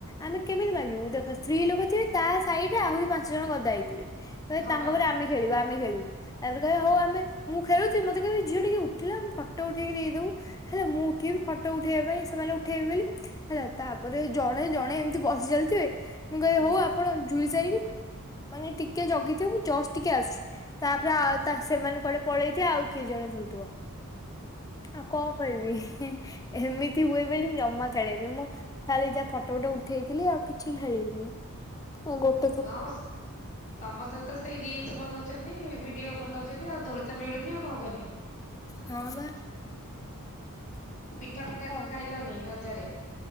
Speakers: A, on the left; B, on the left.
A: ଆମେ କେମିତି ମାଗିବୁ ଦେଖ ସ୍ତ୍ରୀ ଲୋକ ଥିବେ ତା ସହିଡରେ ଆହୁରି ପାଞ୍ଚ ଜଣ ଗଦା ହେଇଥିବେ। କହିବେ
B: ହଁ
A: ତାଙ୍କ
B: ବା
A: ପରେ ଆମେ ଖେଳିବୁ ଆମେ ଖେଳିବୁ। ତାପରେ କହିବେ ହୋଉ ଆମେ ମୁଁ ଖେଳୁଚି ମତେ କହିବି ଝିଅ ଟିକେ ଉଠିଲ ଆମେ ଫଟୋ ଉଠେଇି ଦେଇଦୋଉ। ହେଲେ ମୁଁ ଉଠିବି ଫଟୋ ଉଠେଇବା ପାଇଁ ସେମାନଙ୍କୁ ଉଠେଇବେ ବୋଲି ହେଲା ତାପରେ ଜଣେ ଜଣେ ଏମିତି ବସି ଚାଲିଥିବେ ମୁଁ କହିବି
B: ହୁଁ
A: ହଉ ଆପଣ ଝୁଳି ସାରିକି ମାନେ ଟିକେ ଜଗିଥିବ ମୁଁ ଜଷ୍ଟ ଟିକେ ଆସୁଚି। ତାପରେ ଆଉ ତା ସେମାନେ କୁଆଡେ ପଳେଇଥିବେ ଆଉ କିଏ ଜଣେ ଝୁଥିବ। ଆଉ କଣ କହିବି ଏମିତି ହୁଏ। ମୁ ଜମା ଖେଳନି ମୁଁ ଖାଲି ଯାହା ଫଟୋ ଫଟ ଉଠେଇଥିଲି ଆଉ କିଛି ଖେଳିଲିନି। ହଁ ଗୋଟ୍
B: ଅସ୍ ସମସ୍ତେ ତ ସେଇ ରିଲସ ବନୋଉଚନ୍ତି ଭିଡିଓ ବନୋଉଚନ୍ତି ଆଉ ଦୋଳି ତ ମିଳୁନି ଆ କଣ କରିବ?
A: ହଁ ବା।
B: ପିଠା ପିଠା
A: ହଉ।
B: କଣ ଖାଇଲଣି ରଜରେ?